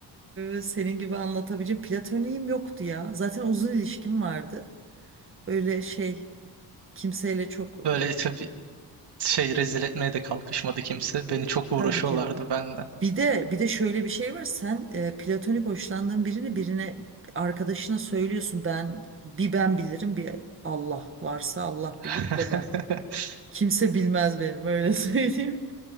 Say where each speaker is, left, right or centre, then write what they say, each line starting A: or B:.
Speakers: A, on the right (about 30°); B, on the right (about 70°).
A: e, senin gibi anlatabileceğim platoniğim yoktu ya. Zaten uzun ilişkim vardı. Öyle şey kimseyle çok
B: Böyle tabii şey rezil etmeye de kalkışmadı kimse. Beni çok uğraşıyorlardı
A: tabii canım.
B: benle.
A: Bir de bir de şöyle bir şey var. Sen e, platonik hoşlandığın birini birine arkadaşına söylüyorsun. Ben bir ben bilirim bir Allah varsa Allah
B: <laughs>
A: bilir de ben. Kimse bilmez benim öyle <laughs> söyleyeyim.